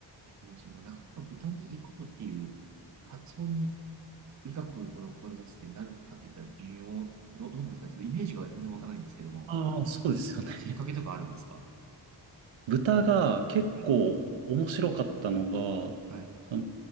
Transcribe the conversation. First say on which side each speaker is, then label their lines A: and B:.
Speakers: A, on the right; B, on the right.
A: えっと、もうその、なかなか豚に行こうっていう発想に医学ほど志してなるかって言ったら微妙、ど、どうなんですかちょっとイメージが全然わからないんですけども、
B: ああ、そうですよね。<laughs>
A: きっかけとかあるんですか
B: 豚が結構面白かったのが、
A: はい。はい。
B: その、